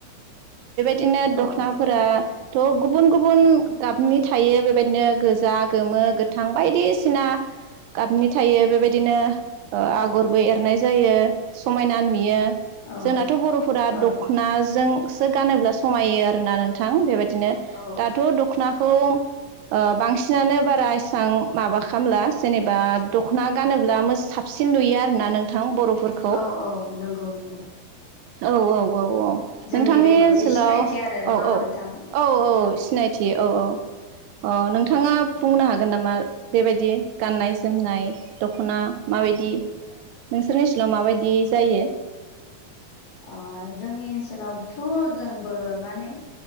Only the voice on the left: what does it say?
औ
औ
औ
औ
औ औ नंगौ नंगौ।
जोंनि
बे मोनसे
सिनायथि आरो नङा
होमबा
नोंथां
अ जोंनि ओनसोलावथ' जोंबो माने